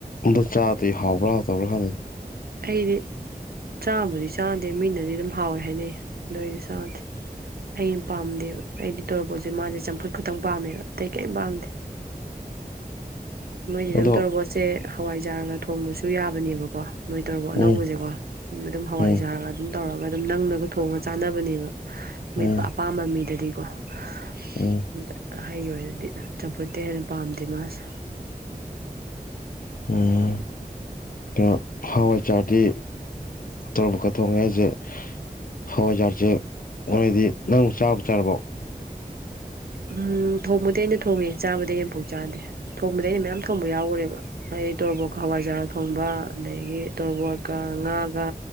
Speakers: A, on the left; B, on the right.
A: ꯑꯝꯇ ꯆꯥꯗ꯭ꯔꯤ ꯍꯥꯎꯕ꯭ꯔꯥ ꯍꯥꯎꯇꯕ꯭ꯔꯥ ꯈꯪꯗꯦ
B: ꯑꯩꯗꯤ ꯆꯥꯕꯨꯗꯤ ꯆꯥꯗꯦ ꯃꯤꯅꯗꯤ ꯑꯗꯨꯝ ꯍꯥꯎꯋꯦ ꯍꯥꯏꯅꯩ ꯑꯗꯨꯗ ꯑꯩꯗꯤ ꯆꯥꯗꯦ ꯑꯩꯅ ꯄꯥꯝꯗꯦꯕ ꯑꯩꯗꯤ ꯇꯣꯔꯣꯕꯣꯠ ꯁꯦ ꯃꯥꯁꯦ ꯆꯝꯐꯨꯠ ꯈꯛꯇꯪ ꯄꯥꯝꯃꯦꯕ ꯑꯇꯩ ꯀꯔꯤꯝ ꯄꯥꯝꯗꯦ ꯃꯣꯏ ꯑꯗꯨꯝ
A: ꯑꯗꯣ
B: ꯇꯣꯔꯣꯕꯣꯠ ꯁꯦ ꯍꯋꯥꯏꯖꯥꯔꯒ ꯊꯣꯡꯕꯁꯨ ꯌꯥꯕꯅꯦꯕꯀꯣ ꯃꯣꯏ ꯇꯣꯔꯣꯕꯣꯠ ꯑꯅꯧꯕ
A: ꯎꯝ
B: ꯁꯦꯀꯣ ꯑꯗꯨꯝ ꯍꯋꯥꯏꯖꯔꯒ
A: ꯎꯝ
B: ꯑꯗꯨꯝ ꯇꯧꯔꯒ ꯑꯗꯨꯝ ꯅꯪꯅꯒ ꯊꯣꯡꯒ ꯆꯥꯅꯕ ꯅꯦꯕ ꯃꯤ
A: ꯎꯝ
B: ꯑꯄꯥꯝꯕ ꯃꯤꯗꯗꯤ <inaudible>
A: ꯎꯝ
B: <inaudible> ꯑꯩꯒꯤ ꯑꯣꯏꯅꯗꯤ ꯆꯝꯐꯨꯠꯇꯤ ꯍꯦꯟꯅ ꯄꯥꯝꯗꯦ ꯃꯥꯁꯦ
A: ꯎꯝ ꯍꯋꯥꯏꯖꯥꯔꯗꯤ ꯇꯣꯔꯣꯕꯣꯠꯀ ꯊꯣꯡꯉꯦ ꯍꯥꯏꯁꯦ ꯍꯋꯥꯏꯖꯥꯔꯁꯖꯦ ꯃꯣꯏꯗꯤ ꯅꯪ ꯆꯥꯕꯨ ꯆꯥꯔꯕꯣ
B: ꯎꯝ ꯊꯣꯡꯕꯗꯤ ꯑꯩꯅ ꯊꯣꯡꯉꯦ ꯆꯥꯕꯗꯤ ꯑꯩ ꯑꯝꯐꯥꯎ ꯆꯥꯗꯦ ꯊꯣꯡꯕꯗꯤ ꯑꯩꯅ ꯃꯌꯥꯝ ꯊꯣꯡꯕ ꯌꯥꯎ ꯈꯔꯦꯕ ꯍꯥꯏꯗꯤ ꯇꯣꯔꯣꯕꯣꯠꯀ ꯍꯋꯥꯏꯖꯥꯔꯒ ꯊꯣꯡꯕ ꯑꯗꯒꯤ ꯇꯣꯔꯣꯕꯣꯠꯀ ꯉꯥꯒ